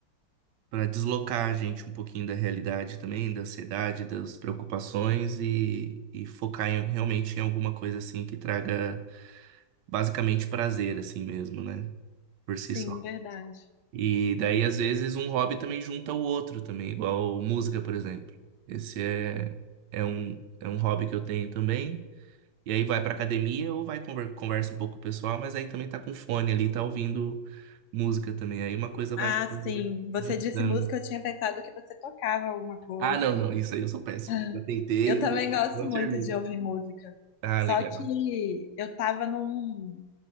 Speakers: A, on the right; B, on the left.
A: para deslocar a gente um pouquinho da realidade também, da ansiedade, das preocupações e, e focar em- realmente em alguma coisa assim que traga basicamente prazer assim mesmo, né? Por si
B: Sim,
A: só.
B: verdade.
A: E daí às vezes um hobby também junta o outro também, igual música, por exemplo. Esse é é um é um hobby que eu tenho também. E aí vai pra academia ou vai conver- conversa um pouco com o pessoal, mas aí também tá com fone ali, tá ouvindo música também. Aí uma coisa
B: Ah,
A: vai se
B: sim. Você
A: juntando.
B: disse música, eu tinha pensado que você tocava alguma coisa.
A: Ah, não, não, isso aí eu sou péssimo.
B: <laughs>
A: Eu tentei,
B: Eu também
A: não
B: gosto
A: não
B: muito
A: serviu.
B: de ouvir música.
A: Ah,
B: Só
A: legal,
B: que eu tava num